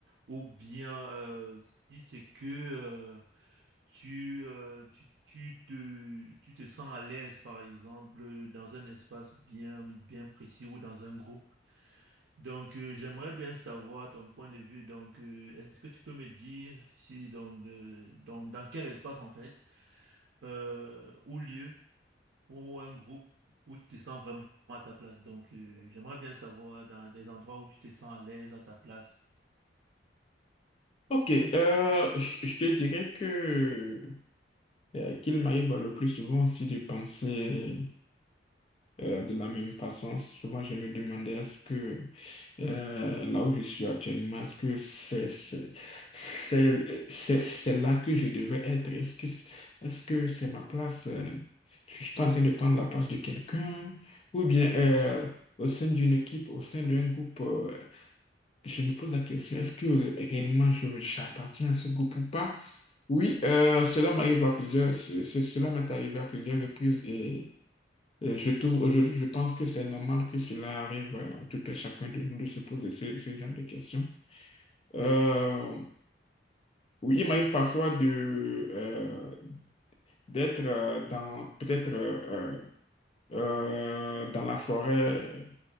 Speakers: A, on the right; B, on the left.
A: ou bien euh, si c'est que euh, tu, euh, tu, tu te, tu te sens à l'aise, par exemple, dans un espace bien, bien précis ou dans un groupe. Donc, euh, j'aimerais bien savoir ton point de vue. Donc, euh, est-ce que tu peux me dire si, donc, euh, donc, dans quel espace, en fait, euh, ou lieu ou un groupe où tu te sens vraiment à ta place. Donc, euh, j'aimerais bien savoir dans des endroits où tu te sens à l'aise à ta place.
B: Ok, euh, je je te dirais que euh, qu'il m'arrive le plus souvent aussi de penser euh, de la même façon. Souvent, je me demandais est-ce que euh, là où je suis actuellement, est-ce que c'est c'est c'est c'est- c'est là que je devais être? Est-ce que c'est- est-ce que c'est ma place? euh, Je suis pas en train de prendre la place de quelqu'un? Ou bien euh, au sein d'une équipe, au sein d'un groupe? euh, je me pose la question, est-ce que ré- réellement je- j'appartiens à ce groupe ou pas? Oui, euh, cela m'arrive à plusieurs, ce- ce- cela m'est arrivé à plusieurs reprises et, et je trouve aujourd'hui, je pense que c'est normal que cela arrive à tout et chacun de nous de se poser ce, ce genre de questions. Euh, oui, il m'arrive parfois de euh, d'être euh, dans peut-être euh, euh, euh, dans la forêt